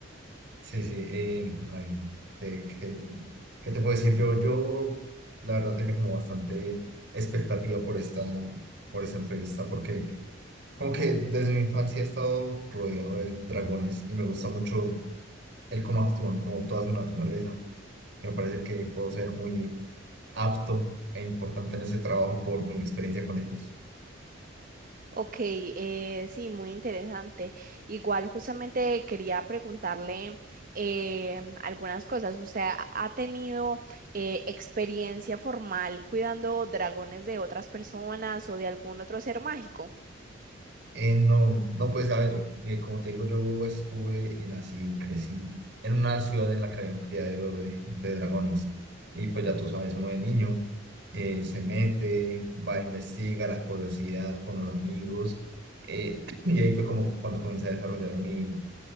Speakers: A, on the right; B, on the right.
A: Sí, sí, eh, ay, ¿qué, qué- qué te puedo decir? Yo, yo, la verdad, tenía como bastante expectativa por esta, por esta entrevista, porque como que desde mi infancia he estado rodeado de dragones y me gusta mucho el cómo actúan, como toda su naturaleza. Me parece que puedo ser muy apto e importante en ese trabajo por mi experiencia con ellos.
B: Ok, eh, sí, muy interesante. Igual justamente quería preguntarle em, algunas cosas. ¿Usted ha ha tenido eh, experiencia formal cuidando dragones de otras personas o de algún otro ser mágico?
A: Eh, no, no, pues a ver, eh, como te digo, yo estuve y nací y crecí en una ciudad en la que había un criadero de, de dragones. Y pues ya tú sabes, uno de niño eh, se mete, va, investiga la curiosidad con los amigos. eh, <clears throat> y ahí fue como cuando comencé a desarrollar mi,